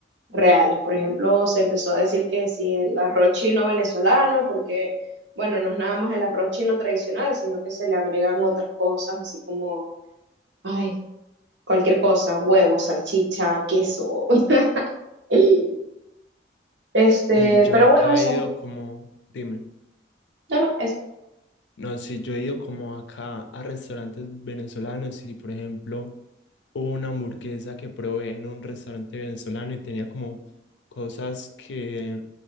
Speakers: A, on the right; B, on the left.
A: reales. Por ejemplo, se empezó a decir que si el arroz chino venezolano, porque, bueno, no es nada más el arroz chino tradicional, sino que se le agregan otras cosas, así como... Ay, cualquier cosa, huevos, salchicha, queso. <laughs> Este,
B: Si yo
A: pero
B: acá
A: bueno, eso,
B: he ido como, dime,
A: no, no, eso.
B: no, si yo he ido como acá a restaurantes venezolanos y por ejemplo hubo una hamburguesa que probé en un restaurante venezolano y tenía como cosas que,